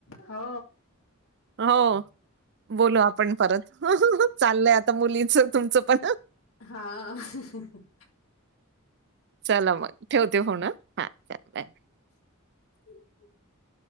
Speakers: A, on the left; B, on the right.
A: हो
B: हो. बोलू आपण परत चाललय आता मुलीच तुमचं पण
A: हा काही शब्दाचा आवाज येत नाही.
B: चला मग ठेवते होन हा ल बाय.
A: ह.